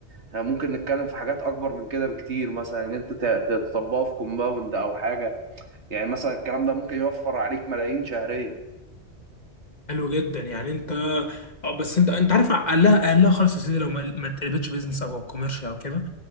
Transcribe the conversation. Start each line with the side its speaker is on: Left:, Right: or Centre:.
Right: احنا ممكن نتكلم في حاجات اكبر من كده بكتير مثلا ان انت ت- تطبقه في كومباوند او حاجه يعني مثلا الكلام ده ممكن يوفر عليك ملايين شهريا
Left: حلو جدا يعني انت اه بس انت انت عارف اقلها اقلها خالص يا سيدي لو ما ما تقلبتش بيزنس او او كوميرشال او كده